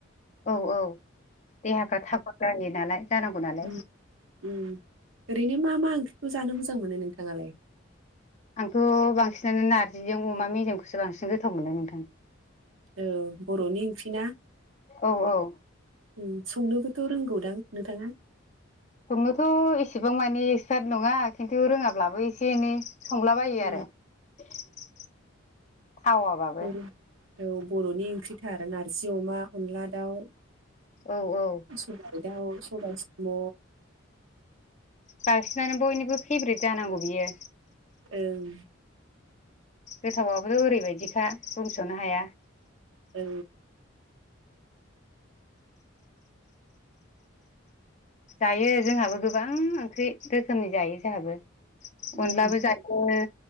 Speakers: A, on the left (about 35°); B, on the right (about 75°).
A: औ औ देहाफोरा थागद जायो नालाय जानांगौ नालाय
B: ओम ओम ओरैनो मा मा ओंख्रिखौ जानो मोजां मोनो नोंथाङालाय?
A: आंथ' बांसिनानो नार्जिजों अमा मेजेमखौसो बांसिन गोथाव मोनो नोंथां।
B: ओ बर'नि ओंख्रि ना।
A: औ औ।
B: ओम संनोबोथ' रोंगौदां नोंथाङा?
A: संनोथ' एसेबां मानि एक्सपारट नङा खिन्थु रोङाब्लाबो एसे एनै संलाबायो
B: उम
A: आरो थावाबाबो।
B: ओम औ बर'नि ओंख्रिथार नारजि अमा अनला दाउ।
A: औ औ
B: सबाइ दाउ सबाइ साम',
A: बांसिनानो बयनिबो फेब्रेट जानांगौ बियो।
B: ओं।
A: गोथावाबोथ' ओरैबायदिखा बुंस'नो हाया।
B: औ
A: जायो जोंहाबो गोबां ओंख्रि रोखोमनि जायो जोहाबो
B: उम
A: अनलाबो जायो यो